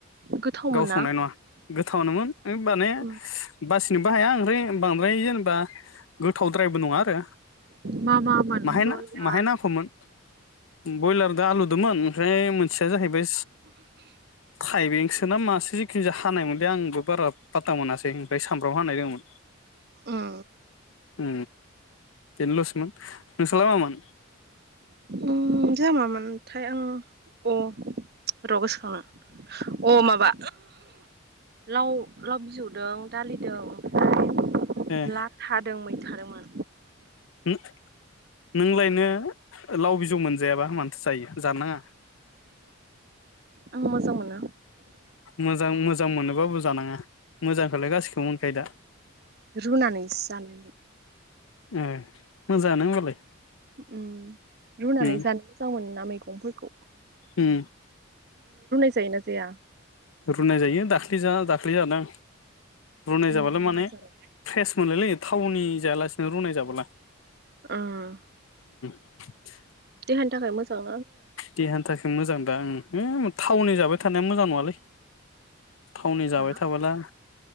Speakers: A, on the right (about 50°); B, on the left (about 80°).
A: गोथावमोन
B: गावसंनाय
A: ना
B: नङा गोथावनोमोन माने
A: उम
B: बासिनोबो हाया ओंफ्राय बांद्राय जेनेबा गोथावद्रायबो नङा आरो
A: मा मामोन
B: माहाय
A: ब्रयलार
B: माहाय नांखौमोन। ब्रयलार दा आलुदोंमोन ओमफ्राय मोनसेया जाहैबाय थाइबेंसो मासे जिखि ज हानाय मोनल आंबो बारा फा था मोनासै ओफ्राय सामबफ्राम हानाय दंमोन।
A: उम
B: ओ बेनोलसमोन नोंसोरला मामोन?
A: ओ जोंहा मामोनथाय आं अ र गोसोखांनो अ माबा लाव लाव बिजौदों दालिदों ओमफ्राय
B: ए
A: लाथादों मै खारोमोन
B: हु नोंलायनो नोङो लाव बिजौ मोनजायाबा मानोथो जायो जानो नाङा।
A: आं मोजांमोनो।
B: मोजां मोजां मोनोबाबो जानाङा मोजांखौलाय गासिखौबो मोनखायो दा।
A: रुनानै जानाय
B: ए मोजाङानो होमबालाय
A: ओम रुनानै
B: उम
A: जानो मोजां मोन ना मैगंफोरखौ।
B: उम
A: जायो ना जाया?
B: रुनाय जायो दाख्लि जा दाख्लि जादों। रुनाय
A: उम
B: जाबालाय माने
A: मा जानो
B: फ्रेस मोनलायलै थावनि जायालासिनो रुनाय जाबोला
A: ओम
B: <unintelligible>
A: देहानि थाखाय मोजां।
B: देहानि थाखाय मोजां दा ओम थाटाउन जाबाय थानाया मोजां नङालै। थावनि जाबाय
A: हो मा
B: थाबोला